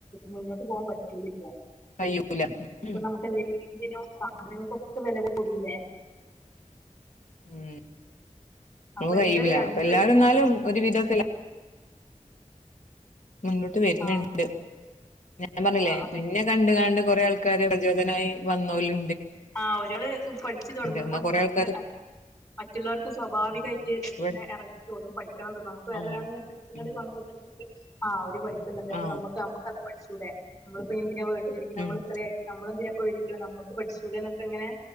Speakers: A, on the left; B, on the left.
A: മുന്നോട്ട് പോകാൻ പറ്റൂ ഇപ്പൊ
B: കഴിയൂല ഉം
A: നമുക്കെന്തെങ്കി ദിനോ സാധനങ്ങൾക്കൊക്കെ വില കൂടില്ലേ
B: ഉം നമക്ക്
A: അപ്പൊ
B: കഴിയൂല
A: എന്തായാലും രണ്ടുപേർക്കും
B: അപ്പ എല്ലാരും എന്നാലും ഒരുവിധോക്കെ എല്ലാ മുന്നോട്ട് വരണിണ്ട്
A: ആ
B: ഞാൻ പറഞ്ഞില്ലേ
A: ആ അതന്നെ
B: ഇന്നെ കണ്ട് കാണ്ട് കൊറെേ ആൾ ആൾക്കാര് പ്രചോദനായി വന്നോലു
A: ആ ഒരാള് പഠിച്ചു തുടങ്ങുമ്പോ
B: എന്നാ കൊറേ
A: നമുക്ക്
B: ആൾക്കാര്
A: മറ്റുള്ളവർക്കും സ്വാഭാവികായിട്ട്
B: ആ ഇവിടെ
A: ഇങ്ങനെ എറങ്ങാ തോന്നും പഠിക്കണം തോന്നും നമുക്ക് വേറൊരാളിങ്ങനെ
B: ആ
A: പഠിച്ചിങ്ങാണ്ട്
B: ഉം
A: കാണുമ്പോ തന്നെ ആ അവര് പഠി ക്കുന്നുണ്ട് അപ്പൊ
B: ആ
A: നമുക്ക് നമുക്കെന്താ പഠിച്ചാ ച്ചൂടെ നമ്മള് ഇപ്പ എന്തിനാ വീട്ട് <unintelligible> നമ്മൾ
B: ഉം
A: ഇത്രയും ആയിട്ട് നമ്മൾ എന്തിനാ പോയിരിക്കിണ് നമുക്ക് പഠിച്ചു ച്ചൂടെന്നൊക്കെ ഇങ്ങനെ